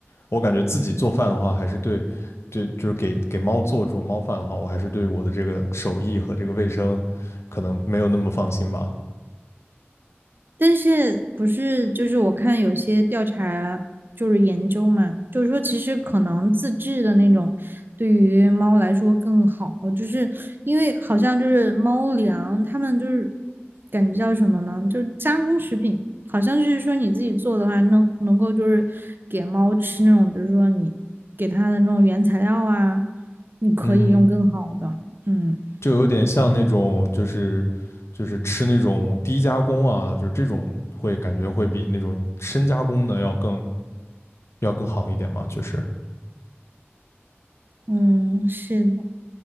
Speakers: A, on the left; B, on the right.
A: 我感觉自己做饭的话，还是对，对，就是给给猫做这种猫饭的话，我还是对我的这个手艺和这个卫生可能没有那么放心吧。
B: 但是不是就是我看有些调查就是研究嘛，就是说其实可能自制的那种对于猫来说更好，就是因为好像就是猫粮，它们就是感觉叫什么呢？就是加工食品，好像就是说你自己做的话，能能够就是给猫吃那种，比如说你给它的那种原材料啊，你可以用更好的，
A: 嗯，
B: 嗯
A: 就有点像那种就是就是吃那种低加工啊，就是这种会感觉会比那种深加工的要更要更好一点嘛，就是
B: 嗯，是的。